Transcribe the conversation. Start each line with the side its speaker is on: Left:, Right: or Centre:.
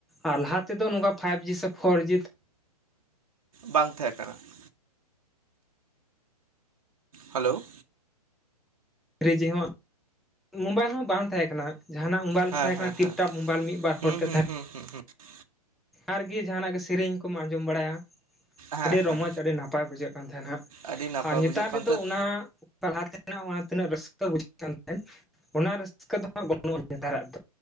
Centre: ᱟᱨ ᱞᱟᱦᱟ ᱛᱮᱫᱚ ᱱᱚᱝᱠᱟ ᱯᱷᱟᱭᱤᱵᱽ ᱡᱤ ᱥᱮ ᱯᱷᱳᱨ ᱡᱤ
Right: ᱵᱟᱝ ᱛᱟᱦᱮᱸᱠᱟᱱᱟ ᱾ ᱦᱮᱞᱳ,
Centre: ᱛᱨᱤᱡᱤ ᱦᱚᱸ ᱾ ᱢᱳᱵᱟᱭᱤᱞ ᱦᱚᱸ ᱵᱟᱝ ᱛᱟᱦᱮᱸ ᱠᱟᱱᱟ ᱡᱟᱦᱟᱱᱟᱜ ᱢᱳᱵᱟᱭᱤᱞ
Right: ᱦᱮᱸ
Centre: ᱜᱮ ᱛᱟᱦᱮᱸ
Right: ᱦᱮᱸ
Centre: ᱠᱟᱱᱟ ᱴᱤᱯᱴᱟᱯ
Right: ᱦᱮᱸ
Centre: ᱢᱳᱵᱟᱭᱤᱞ ᱢᱤᱫ ᱵᱟᱨ
Right: ᱦᱩᱸ
Centre: ᱦᱚᱲ ᱴᱷᱮᱱ ᱛᱟᱦᱮᱸ
Right: ᱦᱩᱸ ᱦᱩᱸ ᱦᱩᱸᱜ ᱾
Centre: ᱟᱨᱠᱤ ᱡᱟᱦᱟᱱᱟᱜ ᱜᱮ ᱥᱮᱨᱮᱧ ᱠᱚᱢ ᱟᱸᱡᱚᱢ ᱵᱟᱲᱟᱭᱟ ᱾
Right: ᱦᱮᱸ
Centre: ᱟᱹᱰᱤ ᱨᱚᱢᱚᱡᱽ
Right: ᱦᱮᱸ
Centre: ᱟᱹᱰᱤ ᱱᱟᱯᱟᱭ ᱵᱩᱡᱷᱟᱹᱜ ᱠᱟᱱ ᱛᱟᱦᱮᱸᱱᱟᱜ
Right: ᱟᱹᱰᱤ ᱱᱟᱯᱟᱭ
Centre: ᱟᱨ ᱱᱮᱛᱟᱨ
Right: ᱵᱩᱡᱷᱟᱹᱜ ᱠᱟᱱ
Centre: ᱨᱮᱫᱚ
Right: ᱛᱟᱦᱮᱸᱫ
Centre: ᱚᱱᱟ ᱛᱟᱨᱦᱟᱛᱮ ᱚᱱᱟ ᱛᱤᱱᱟᱹᱜ ᱨᱟᱹᱥᱠᱟᱹ ᱵᱩᱡᱷᱟᱹᱜ ᱠᱟᱱ ᱛᱟᱦᱮᱸᱱ, ᱚᱱᱟ ᱨᱟᱹᱥᱠᱟ ᱨᱟᱹᱥᱠᱟᱹ ᱫᱚ ᱦᱟᱸᱜ ᱵᱟᱹᱱᱩᱜᱼᱟ ᱱᱮᱛᱟᱨᱟᱜ ᱫᱚ,